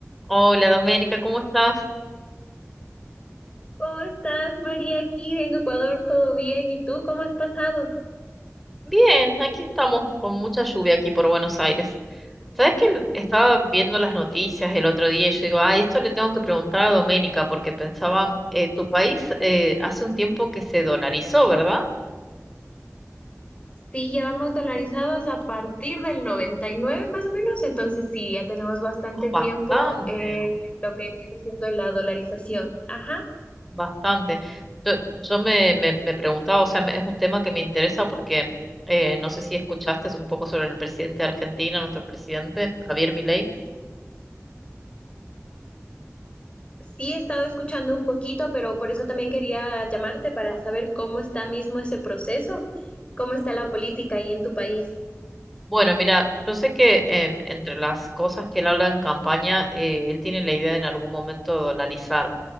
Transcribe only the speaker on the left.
¿Cómo estás, María? Aquí en Ecuador, ¿todo bien? ¿Y tú cómo has pasado?
Sí, ya vamos dolarizados a partir del 99, más o menos, entonces sí, ya tenemos bastante
tiempo eh, lo que viene siendo la dolarización. Ajá,
sí he estado escuchando un poquito, pero por eso también quería llamarte para saber cómo está mismo ese proceso, cómo está la política ahí en tu país.